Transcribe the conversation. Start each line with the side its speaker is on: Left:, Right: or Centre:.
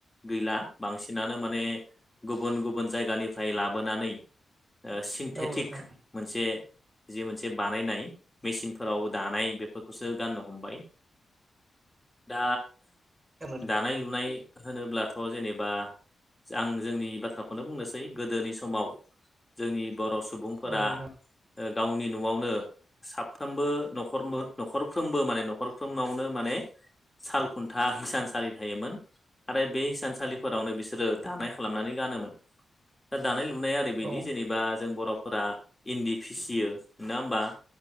Left: गैला बांसिनानो माने गुबुन गुबुन जायगानिफ्राय लाबोनानै सिन्थेटिक
Right: औ नोंथां
Left: मोनसे जि मोनसे बानायनाय मेसिनफोराव दानाय बेफोरखौसो गाननो हमबाय। दा
Right: औ
Left: दानाय लुनाय होनोब्लाथ' जेनेबा आं जोंनि बाथ्राखौनो बुंनोसै गोदोनि समाव जोंनि बर' सुबुंफोरा
Right: नोंथां
Left: गावनि न'आवनो साफ्रोमबो नख न'खरफ्रोमबो माने नखर फफ्रोमावनो माने साल खुन्था हिसानसालि थायोमोन। आरो बे हिसानसालिफोरावनो बिसोरो दानाय खालामनानै गानोमोन दा दानाय लुनाया ओरैबायदि
Right: औ नोंथां औ
Left: जेनेबा जों बर' फोरा इन्दि फिसियो नङा ओमबा